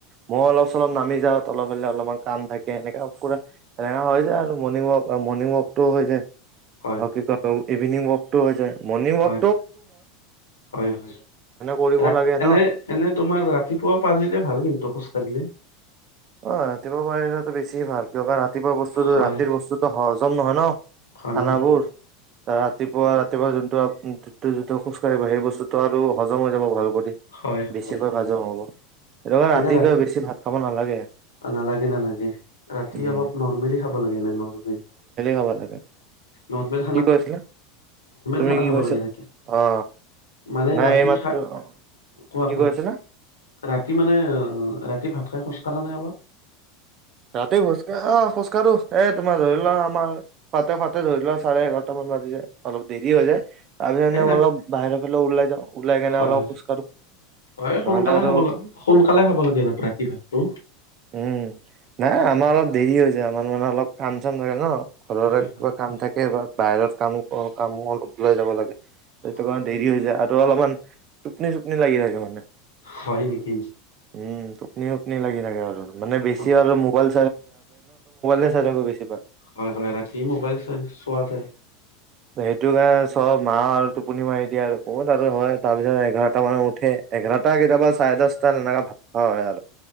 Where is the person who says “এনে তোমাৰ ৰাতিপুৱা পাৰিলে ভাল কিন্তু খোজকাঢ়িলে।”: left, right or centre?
Left